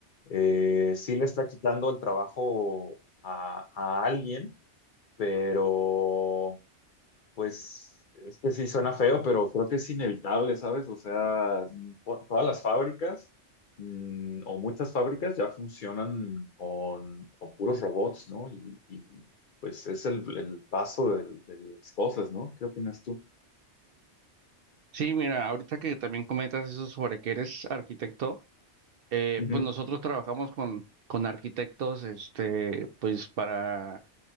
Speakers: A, on the left; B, on the right.
A: eh, sí le está quitando el trabajo a a alguien, pero pues es que sí suena feo, pero creo que es inevitable, ¿sabes? O sea, to- todas las fábricas mm, o muchas fábricas ya funcionan con, con puros robots, ¿no? Y, y, pues es el, el paso del- de, las cosas, ¿no? ¿Qué opinas tú?
B: Sí, mira, ahorita que también comentas eso sobre que eres arquitecto, eh,
A: Ujú,
B: pues nosotros trabajamos con, con arquitectos, este, pues para,